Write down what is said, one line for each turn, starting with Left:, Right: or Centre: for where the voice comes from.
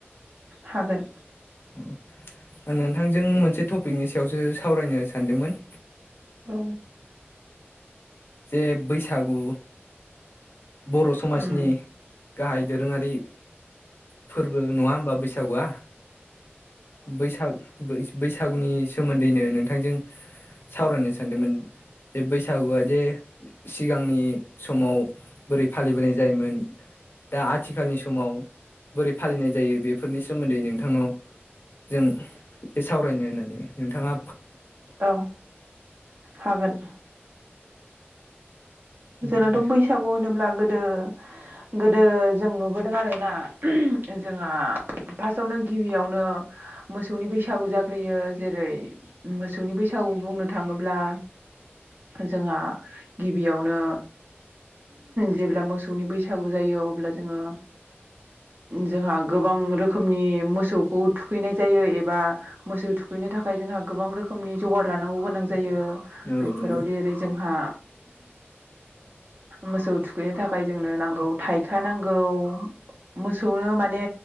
Right: हागोन।
Left: अ आं नोंथांजों मोनसे टपिकनि सायावसो सावरायनो सानदोंमोन।
Right: औ।
Left: जे बैसागु बर' समाजनि
Right: उम
Left: गाहाय दोरोंङारि फोरबो नङा होमबा बैसागुआ बैसाग बै बैसागुनि सोमोन्दैनो नों नोंजों सावरायनो सानदोंमोन जे बैसागुआ जे सिगांनि समाव बोरै फालिबोनाय जायोमोन दा आथिखालनि समाव बोरै फालिनाय जायो बेफोरनि सोमोन्दै नों नोंथांनाव जों एसे सावरायनो होननानै नोंथांङा
Right: औ हागोन।
Left: औ
Right: जोंनाथ'
Left: दे
Right: बैसागु होनोब्ला गोदो गोदो गोदो जों नुबोदों आरोना जोंहा फार्स्टआवनो गिबियावनो मोसौनि बैसागु जाग्रोयो जेरै मोसौनि बैसागु बुंनो थांङोब्ला जोंहा गिबियावनो जेब्ला मोसौनि बैसागु जायो अब्ला जोङो जोंहा गोबां रोखोमनि मोसौखौ थुखैनाय जायो एबा मोसौ थुखैनो थाखाय जोंहा गोबां रोखोमनि जगार लानांगौ गोनां जायो।
Left: औ
Right: बेफोरावदि
Left: नंगौ
Right: ओरै जोंहा मोसौ थुखैनो थाखाय जोंनो नांगौ थाइखा नांगौ मोसौनो माने